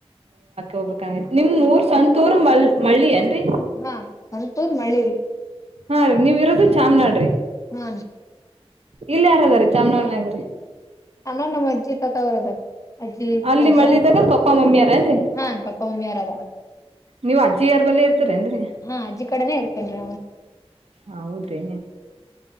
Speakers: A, on the right; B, on the left.
A: ಹೋಗ್ಬೇಕಂಗ ನಿಮ್ ಊರ್ ಸವಂತೂರ್ ಮ ಮಳ್ಳಿ ಅನ್ರಿ
B: ಹಾ ಸ್ವಂತ ಊರು ಮಳ್ಳಿ
A: ಹಾ ರೀ ನೀವ್ ಇರೋದು ಚಾಮ್ನಾಳ
B: ಹಾ
A: ಇಲ್ಲಿ ಯಾರದಾರೀ ಚಾಮಲ್ ನಗರಿ
B: ಅಣ್ಣ ನಮ್ಮ ಅಜ್ಜಿ ತತಾವರದ ಅಜ್ಜಿ
A: ಅಲ್ಲಿ
B: ಅಜ್ಜ
A: ಮಳ್ಳಿದಾಗ ಪಪ್ಪಾ ಮಮ್ಮಿಯಾರೇನ್ರಿ
B: ಹಾ ಅ ಪಾಪ ಮಾಮಿ ಯಾರದಾರ
A: ನೀವ್ ಅಜ್ಜಿಯಾರ್ ಬಲ್ಲೆ ಇರ್ತರೇನ್ರಿ
B: ಹಾ ಅಜ್ಜಿ ಕಡೆನೇ ಇರ್ತ ಕೆ
A: ಹ ಹೌದ್ರಿ